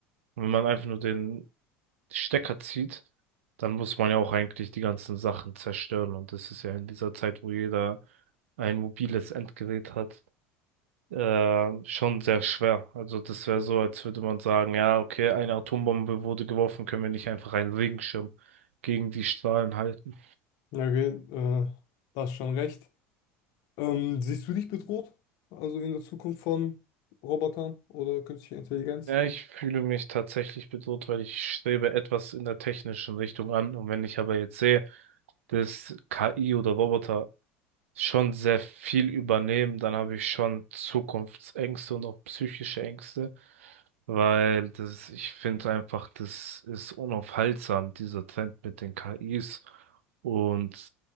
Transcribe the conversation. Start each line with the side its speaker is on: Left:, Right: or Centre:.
Right: Und wenn man einfach nur den Stecker zieht, dann muss man ja auch eigentlich die ganzen Sachen zerstören. Und das ist ja in dieser Zeit, wo jeder ein mobiles Endgerät hat, äh, schon sehr schwer. Also das wäre so, als würde man sagen, ja, okay, eine Atombombe wurde geworfen, können wir nicht einfach einen Regenschirm gegen die Strahlen halten.
Left: Ja, okay, äh, da hast schon recht. Ähm, siehst du dich bedroht? Also in der Zukunft von Robotern oder künstlicher Intelligenz?
Right: Ja, ich fühle mich tatsächlich bedroht, weil ich strebe etwas in der technischen Richtung an. Und wenn ich aber jetzt sehe, dass KI oder Roboter schon sehr viel übernehmen, dann habe ich schon Zukunftsängste und auch psychische Ängste, weil das, ich finde einfach, das ist unaufhaltsam, dieser Trend mit den KIs. Und